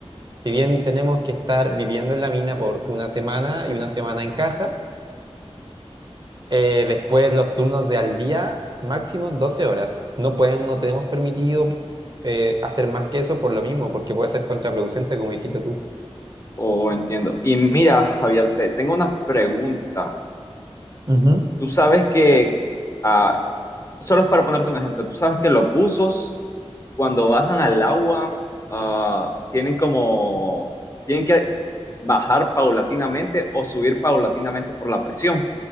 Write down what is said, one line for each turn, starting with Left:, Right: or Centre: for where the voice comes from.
Right: Si bien tenemos que estar viviendo en la mina por una semana y una semana en casa, eh, después los turnos de al día, máximo 12 horas. No pueden, no tenemos permitido eh, hacer más que eso por lo mismo, porque puede ser contraproducente, como dijiste tú.
Left: Oh, entiendo. Y mira, Javier, te tengo una pregunta.
Right: Ujú.
Left: Tú sabes que, ah, solo es para ponerte un ejemplo, tú sabes que los buzos cuando bajan al agua ah, tienen como, tienen que bajar paulatinamente o subir paulatinamente por la presión.